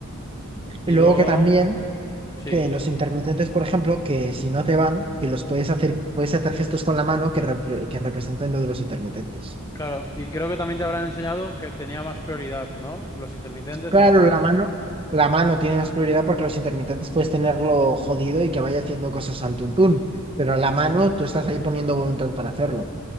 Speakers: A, on the left (about 15°); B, on the right (about 25°).
A: Y
B: Y luego
A: luego,
B: que también,
A: sí,
B: que los intermitentes, por ejemplo, que si no te van, que los puedes hacer, puedes hacer gestos con la mano que, repre- que representan lo de los intermitentes.
A: claro. Y creo que también te habrán enseñado que tenía más prioridad, ¿no? Los intermitentes
B: Claro,
A: o la mano.
B: la mano, la mano tiene más prioridad porque los intermitentes puedes tenerlo jodido y que vaya haciendo cosas al tuntún, pero la mano tú estás ahí poniendo voluntad para hacerlo.